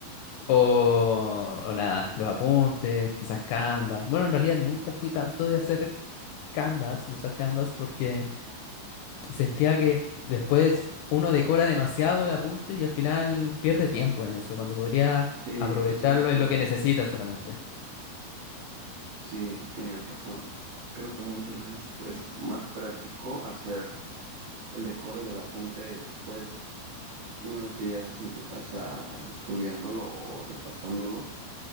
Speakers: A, on the left (about 85°); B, on the right (about 65°).
A: O, o nada, los apuntes, quizás Canvas. Bueno, en realidad nunca fui tanto de hacer Canvas, de usar Canvas, porque sentía que después uno decora demasiado el apunte y al final pierde tiempo en eso, cuando podría
B: Sí,
A: aprovecharlo
B: estoy de acuerdo.
A: en lo que necesita solamente.
B: Sí, tienes razón. Creo que muchas veces pues, es más práctico hacer el decore del apunte después, una vez que ya estás en tu casa estudiándolo o repasándolo,